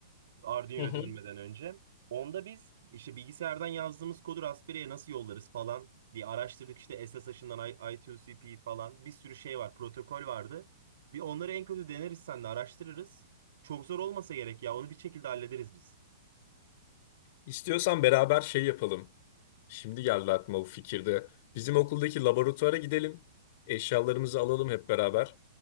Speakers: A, on the right; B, on the left.
A: Arduino'ya
B: Hı hı.
A: dönmeden önce. Onda biz işte bilgisayardan yazdığımız kodu Raspberry'e nasıl yollarız falan diye araştırdık. İşte SSH'ından I- I2CP falan bir sürü şey var, protokol vardı. Bir onları en kötü deneriz sen de araştırırız. Çok zor olmasa gerek ya onu bir şekilde hallederiz biz.
B: İstiyorsan beraber şey yapalım. Şimdi geldi aklıma bu fikirde. Bizim okuldaki laboratuvara gidelim. Eşyalarımızı alalım hep beraber.